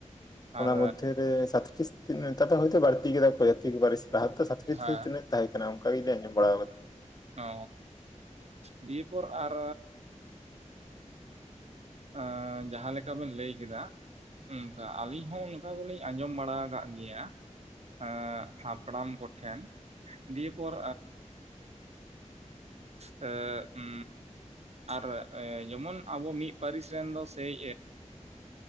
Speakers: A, on the right (about 55°); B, on the left (about 30°).
A: ᱟᱨ
B: ᱚᱱᱟ ᱢᱚᱫᱽᱫᱷᱮᱨᱮ ᱥᱟᱛᱴᱤ ᱱᱮᱛᱟᱨ ᱫᱚ ᱦᱚᱭᱛᱚ ᱵᱟᱹᱲᱛᱤ ᱠᱮᱫᱟ ᱠᱚ ᱡᱟᱹᱛᱤ ᱠᱚ ᱯᱟᱹᱨᱤᱥ ᱞᱟᱦᱟ ᱛᱮ ᱥᱟᱛᱴᱤ
A: ᱦᱮᱸ
B: ᱥᱮ ᱛᱤᱱᱟᱹᱜ ᱛᱟᱦᱮᱸ ᱠᱟᱱᱟ ᱚᱱᱠᱟ ᱜᱤᱧ ᱟᱸᱡᱚᱢ ᱵᱟᱲᱟ ᱟᱠᱟᱫᱟ
A: ᱚ ᱰᱤ ᱯᱷᱚᱨ ᱟᱨ ᱮ ᱡᱟᱸᱦᱟ ᱞᱮᱠᱟᱵᱤᱱ ᱞᱟᱹᱭ ᱠᱮᱫᱟ ᱚᱝᱠᱟ ᱟᱞᱤᱧ ᱦᱚᱸ ᱚᱱᱠᱟ ᱫᱚᱞᱤᱧ ᱟᱸᱡᱚᱢ ᱵᱟᱲᱟ ᱟᱠᱟᱫ ᱜᱮᱭᱟ ᱦᱮᱸ ᱦᱟᱯᱲᱟᱢ ᱠᱚᱴᱷᱮᱱ ᱫᱤᱭᱮ ᱯᱚᱨ ᱮ ᱩ ᱟᱨ ᱡᱮᱢᱚᱱ ᱟᱵᱚ ᱢᱤᱫ ᱯᱟᱹᱨᱤᱥ ᱨᱮᱱ ᱫᱚ ᱥᱮᱭ